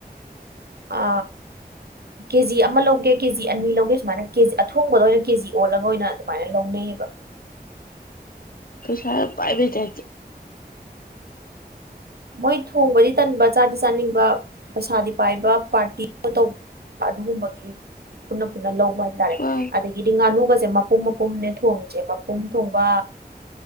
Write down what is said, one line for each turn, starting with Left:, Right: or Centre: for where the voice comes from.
Right: ꯑ ꯀꯦꯖꯤ ꯑꯃ ꯂꯧꯒꯦ ꯀꯦꯖꯤ ꯑꯅꯤ ꯂꯧꯒꯦ ꯁꯨꯃꯥꯏꯅ ꯀꯦꯖꯤ ꯑꯊꯣꯡꯕꯗ ꯑꯣꯏꯅ ꯀꯦ ꯖꯤ ꯑꯣꯜꯂꯒ ꯑꯣꯏꯅ ꯑꯗꯨꯃꯥꯏꯅ ꯂꯧꯅꯩꯌꯦ <unintelligible>
Left: ꯀꯩꯁꯥꯏ ꯄꯥꯏꯕꯤꯦꯇ
Right: ꯃꯣꯏ ꯊꯣꯡꯕꯗꯤ ꯇꯟꯕ ꯆꯥꯗꯤ ꯆꯥꯅꯤꯡꯕ ꯄꯩꯁꯥꯗꯤ ꯄꯥꯏꯕ ꯄꯥꯔꯇꯤ ꯇꯧꯕ ꯌꯥ ꯑꯗꯨꯨꯝ ꯃꯒ ꯄꯨꯟꯅ ꯄꯨꯟꯅ ꯂꯧꯕ ꯍꯥꯏꯇꯥꯔꯦ
Left: ꯋꯥ
Right: ꯑꯗꯒꯤꯗꯤ ꯉꯥꯅꯨꯒꯁꯦ ꯃꯄꯨꯝ ꯃꯄꯨꯝꯅꯦ ꯊꯣꯡꯉꯤꯁꯦ ꯃꯄꯨꯝ ꯊꯣꯡꯕ